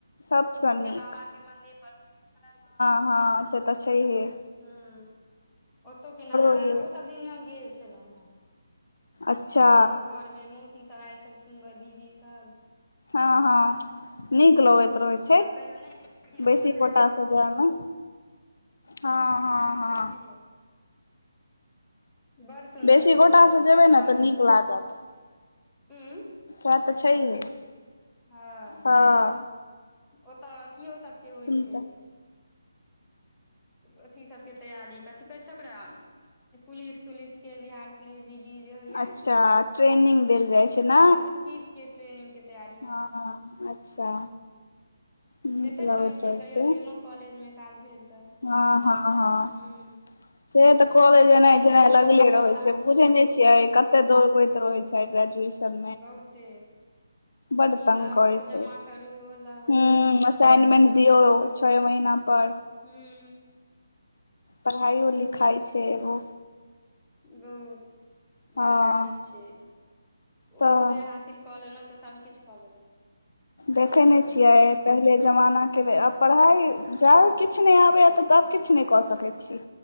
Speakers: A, on the left; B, in the centre.
A: सभसँ
B: ओतो
A: नीक
B: के बाबा के मंदिर प्रसिद्ध उखड़ल छै
A: हाँ से तऽ छेहिए
B: ह ओतौ के नजारा
A: ये
B: ओहो सब दिन मे हम गेल छलहुँं हे
A: अच्छा
B: हमर घरमे मौसीसभ आयल छलखिन दीदीसभ
A: हँ हँ नीक लगे
B: सब
A: छै
B: कहियो नहि लेकिन
A: बेसी
B: दूर से
A: कोटा
B: आयल छलखिन
A: जायमे हँ हँ हँ
B: तऽ गेलियै बड़ सुन्दर
A: बेसी
B: त
A: गोटा
B: के पोखरि
A: से जेबै
B: नामी
A: <unintelligible>
B: ह
A: तऽ छैहे
B: हँ
A: हँ
B: ओतऽ अथिियो सबके होइ
A: सुनता
B: छै अथी सबके तैयारी कथी कहै छै ओकरा पुलिस तुलिस के बिहार पली डी जे होइ य
A: अच्छा ट्रेनिंग देल जाइ छै ने
B: सब चीज के ट्रेनिंग के तैयारी
A: हँ अच्छा नीक
B: देखैत
A: लगैत
B: रहै छियै कहियो
A: छै
B: गेलहुं कॉलेज मे काज भेल तऽ
A: हँ हँ हँ
B: हूँ
A: से तऽ कहले
B: ओतय
A: जेनाइ
B: से अपन
A: जेनाइ
B: जयउ
A: लगले
B: नगर कमला
A: रहैत छै बुझे नहि
B: हँ
A: छियै कत एते दौड़ गैत रहैत छै ग्रेजुएशन
B: बहुते
A: बड
B: ई
A: तंग
B: लाउ
A: करै
B: ओ जमा
A: छै
B: करू ओ लाउ हूँ
A: ह असाइनमेन्ट दियऔ छओ महना पर
B: हू
A: पढ़ाइयो लिखाइ छै एगो
B: बहुत
A: हँ
B: बड़का चीज छै
A: तऽ
B: ओ जे हासिल कऽ लेलहुँ तऽ सभकिछु कऽ लेलहुँ
A: देखै नहि छियै
B: अ
A: पहिले जमानाके लेल आब पढ़ाइ जाब किछु नहि आबैय तऽ तब किछु नहि कऽ सकैत छी